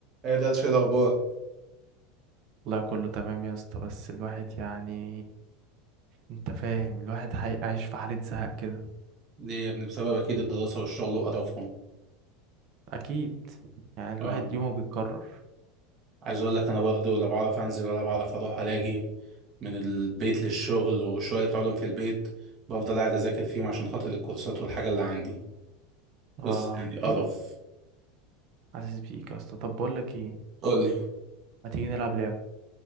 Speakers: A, on the right; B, on the right.
A: ايه ده شيء الاخبار
B: والله كله تمام يا اسطى بس الواحد يعني انت فاهم الواحد حي- عايش في حالة زهق كده
A: ليه يا ابني بسبب اكيد الدراسه والشغل وقرفهم
B: اكيد يعني
A: اه
B: الواحد يومه بيتكرر
A: عايز اقول لك انا برضو لا بعرف انزل ولا بعرف اروح الاقي من البيت للشغل والشويه اللي بتقعدهم في البيت بفضل قاعد اذاكر فيهم عشان خاطر الكورسات والحاجه اللي عندي
B: اه
A: بص يعني قرف
B: قول عزيز بيك يا اسطى طب بقول لك ايه
A: قول لي
B: ما تيجي نلعب لعبة